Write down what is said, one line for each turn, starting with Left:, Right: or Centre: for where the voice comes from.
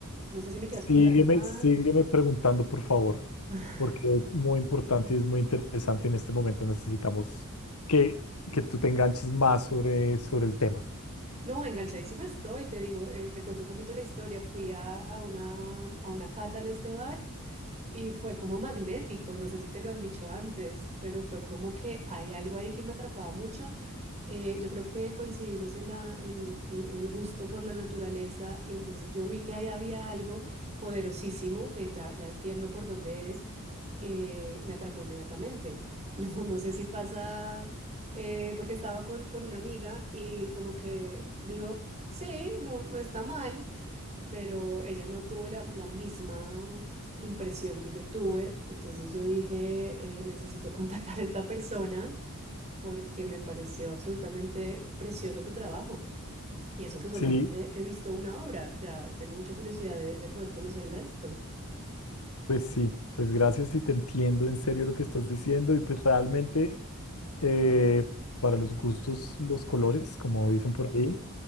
Right: no sé si me quieras
Left: Sígueme,
Right: contar más.
Left: sígueme preguntando, por favor,
Right: <laughs>
Left: porque es muy importante y es muy interesante. En este momento necesitamos que, que tú te enganches más sobre, sobre el tema.
Right: No, enganchadísima estoy, te digo, eh, te cuento un poquito la historia. Fui a, a una, a una cata en este bar Y fue como magnético, no sé si te lo han dicho antes, pero fue como que hay algo ahí que me atrapaba mucho. Eh, yo creo que coincidimos en la, en, en- en el gusto por la naturaleza y entonces yo vi que ahí había algo poderosísimo, que ya, ya entiendo por dónde es, eh, me atrapó inmediatamente. <laughs> No, no sé si pasa, eh, porque estaba con, con una amiga y como que dijo, sí, no no está mal pero ella no tuvo la, la misma impresión que yo tuve, entonces yo dije, eh, necesito <laughs> contactar a esta persona porque me pareció absolutamente precioso tu trabajo. Y eso que solamente
Left: Sí,
Right: he visto una obra, ya tengo mucha curiosidad de, de poder conocer el resto.
Left: pues sí, pues gracias y te entiendo en serio lo que estás diciendo y pues realmente eh, para los gustos, los colores, como dicen por ahí.